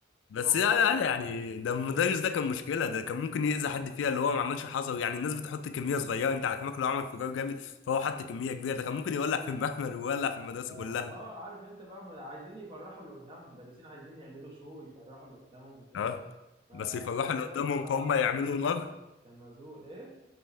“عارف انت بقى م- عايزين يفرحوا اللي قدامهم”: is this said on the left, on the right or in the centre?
Right